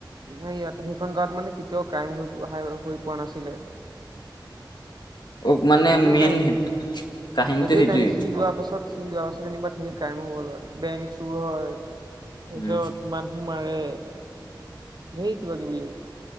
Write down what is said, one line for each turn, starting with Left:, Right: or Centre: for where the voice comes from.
Right: নাই, ইয়াতো সেইখন গাঁৱত মানে <unintelligible> কেতিয়াও ক্ৰাইম হৈ-হৈ পোৱা নাছিলে।
Left: অ' মানে
Right: সেইটোৱে
Left: মেইন
Right: কাহিনী
Left: হে-কাহিনীটো
Right: সেইটোৱে
Left: সেইটোৱেই।
Right: কাহিনী সি যোৱাৰ পাছত সি যোৱাৰ পাছত যেনিবা ধেৰ ক্ৰাইম হ'ল হয়, বেংক চুৰ হয়। তাৰপিছত,
Left: উম
Right: মানুহ মাৰে। ধেই কিবাকিবি!